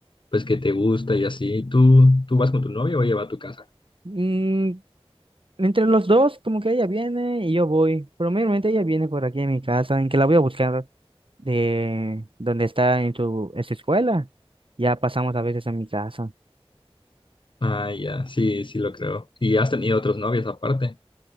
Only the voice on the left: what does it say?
pues que te gusta y así. ¿Tú, tú vas con tu novio o ella va a tu casa?
Ah, ya, sí, sí lo creo. ¿Y has tenido otros novios aparte?